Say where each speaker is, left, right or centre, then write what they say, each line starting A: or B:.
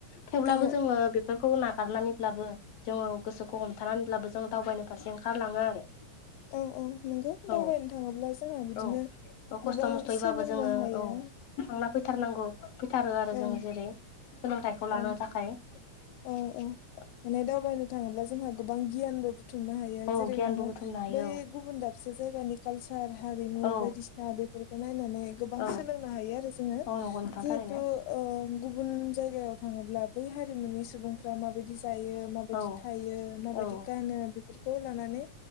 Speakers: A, on the left; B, on the left.
A: थेवब्लाबो
B: औ
A: जोंङो बेफोरखौ नागारनानैब्लाबो जोंङो गोसोखौ हमथानानैब्लाबो जों दावबायनो फारसे ओंखारलाङो आरो।
B: औ-औ नंगौ
A: औ
B: दावबायनो थांङोब्ला जोंहा बिदिनो
A: औ औ खस्थ'
B: गोबां
A: मस्थ'यैबाबो
B: सोलोंनो
A: जोङो
B: हायो।
A: औ थांना फैथारनांगौ फैथारो आरो
B: औ
A: जोङो जेरै-सोलोंथाइखौ
B: औ
A: लानो थाखाय। <inaudible>
B: औ औ माने दावबायनो थाङोब्ला जोंहा गोबां गियानबो बुथुमनो हायो
A: औ
B: जेरै
A: गियानबो
B: नोङो
A: बुथुमनो हायो
B: बै गुबुन दाबसे जायगानि कालसार हारिमु
A: औ
B: बायदिसिना बेफोरखौ नायनानै गोबां
A: औ
B: सोलोंनो हायो आरो जोङो
A: औ नंगौ नोंथां
B: जिहेथु
A: थारैनो
B: ओ गुबुन जायगायाव थाङोब्ला बै हारिमुनि सुबुंफ्रा माबायदि जायो माबायदि
A: औ
B: थायो माबायदि
A: औ
B: गानो बेफोरखौ लानानै